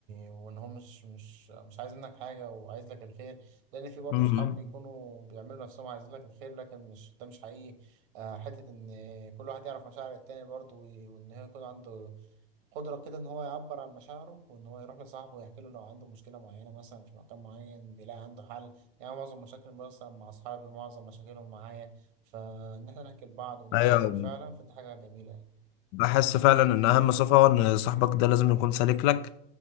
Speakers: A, on the right (about 60°); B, on the left (about 40°).
A: وإن هو مش مش مش عايز منك حاجة وعايز لك الخير لأن في برضه
B: امم
A: صحاب بيكونوا بيعملوا نفسهم عايزين لك الخير لكن مش ده مش حقيقي آه، حتة إن كل واحد يعرف مشاعر التاني برضه و... وإن هو يكون عنده قدرة كده إن هو يعبر عن مشاعره وإن هو يروح لصاحبه ويحكي له لو عنده مشكلة معينة مثلا في مكان معين بيلاقي عنده حل يعني معظم مشاكل مثلا مع أصحابي معظم مشاكلهم معايا فإن إحنا نحكي لبعض ونلاقي
B: ايوه
A: حلول فعلا فدي حاجة جميلة يعني.
B: بحس فعلا ان اهم صفه ان صاحبك ده لازم يكون سالك لك